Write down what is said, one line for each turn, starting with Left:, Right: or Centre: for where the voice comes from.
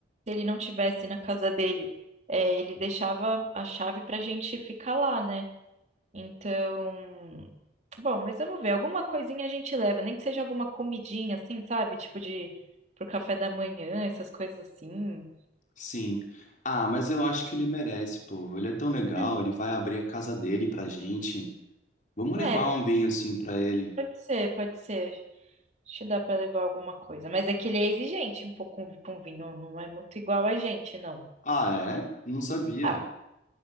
Right: ele não tivesse na casa dele, eh, ele deixava a chave para a gente ficar lá, né? Então, bom, mas vamos ver. Alguma coisinha a gente leva, nem que seja alguma comidinha, assim, sabe? Tipo de pro café da manhã, essas coisas assim.
Left: Sim. Ah, mas eu acho que ele merece, pô. Ele é tão legal,
Right: Hum.
Left: ele vai abrir a casa dele pra gente. Vamos
Right: É,
Left: levar um vinho assim pra ele.
Right: Pode ser, pode ser. Acho que dá pra levar alguma coisa. Mas é que ele é exigente um pouco com, com vinho, não é muito igual a gente, não.
Left: Ah, é? Não sabia.
Right: Ah,